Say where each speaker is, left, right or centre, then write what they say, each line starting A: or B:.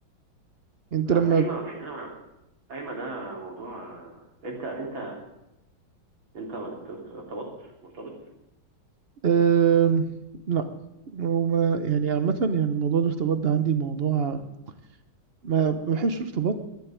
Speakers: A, on the right; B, on the right.
A: أنت
B: لا
A: لما
B: قايمة ما في أنا ما قايمة ده موضوع أنت أنت أنت أنت ارتبطت مرتبط
A: أم، لا وما يعني عامة يعني موضوع الارتباط ده عندي موضوع ما ما بحبش الارتباط